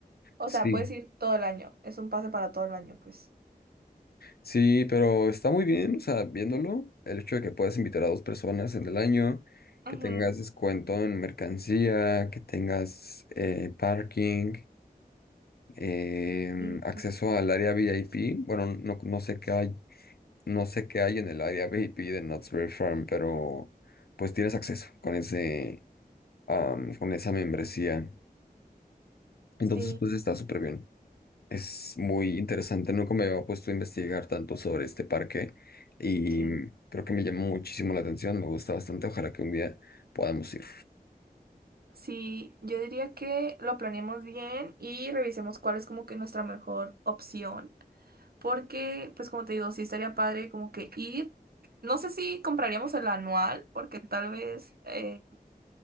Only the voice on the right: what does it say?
O
sea, puedes ir todo el año. Es un pase para todo el año, pues.
Ujú.
Sí.
Sí,
sí.
Sí, yo diría que lo planeemos bien y revisemos cuál es como que nuestra mejor opción. Porque, pues como te digo, sí estaría padre como que ir. No sé si compraríamos el anual, porque tal vez eh,